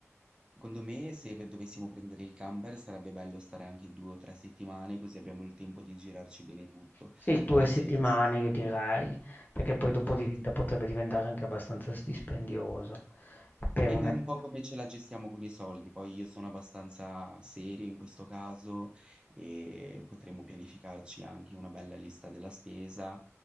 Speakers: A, on the right; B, on the left.
A: secondo me, se pe- dovessimo prendere il camper sarebbe bello stare anche due o tre settimane, così abbiamo il tempo di girarci bene tutto.
B: Sì, 2
A: Poi
B: settimane
A: se,
B: io direi, perché poi dopo
A: esatto,
B: diventa potrebbe diventare anche abbastanza s dispendioso per
A: Dipende
B: una
A: un po' come ce la gestiamo con i soldi, poi io sono abbastanza serio in questo caso e potremmo pianificarci anche una bella lista della spesa